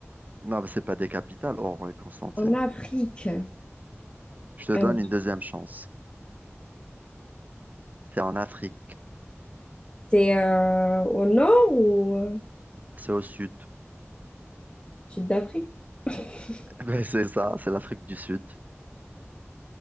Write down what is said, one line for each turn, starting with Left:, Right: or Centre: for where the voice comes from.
Right: Non, mais c'est pas des capitales, Oran et Constantine.
Left: En Afrique.
Right: Je te
Left: Euh,
Right: donne une deuxième chance. C'est en Afrique.
Left: C'est euh, au nord ou euh,
Right: C'est au sud. <laughs>
Left: sud d'Afrique? <laughs>
Right: Ben, c'est ça, c'est l'Afrique du Sud.